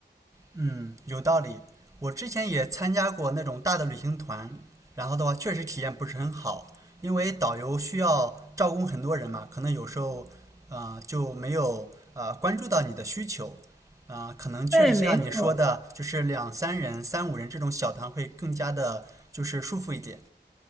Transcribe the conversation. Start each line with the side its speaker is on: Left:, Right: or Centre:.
Right: 嗯，有道理。我之前也参加过那种大的旅行团，然后的话确实体验不是很好，因为导游需要照顾很多人嘛，可能有时候，呃，就没有呃关注到你的需求，呃，可能确实就像你说的，
Centre: 对，没错。
Right: 就是两三人、三五人这种小团会更加的，就是舒服一点。